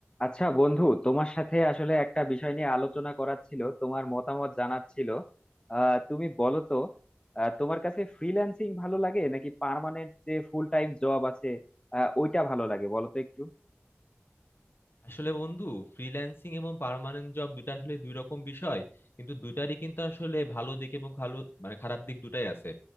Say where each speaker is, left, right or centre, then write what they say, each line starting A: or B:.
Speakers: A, on the left; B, on the left.
A: আচ্ছা বন্ধু তোমার সাথে আসলে একটা বিষয় নিয়ে আলোচনা করার ছিল তোমার মতামত জানার ছিল আহ, তুমি বলো তো আহ, তোমার কাছে ফ্রিল্যান্সিং ভালো লাগে নাকি পার্মানেন্ট যে ফুল টাইম জব আছে আহ, ওইটা ভালো লাগে বলো তো একটু
B: আসলে বন্ধু ফ্রিল্যান্সিং এবং পার্মানেন্ট জব দুটা আসলে দুই রকম বিষয় কিন্তু দুটারই কিন্তু আসলে ভালো দিক এবং ভালো মানে খারাপ দিক দুটাই আছে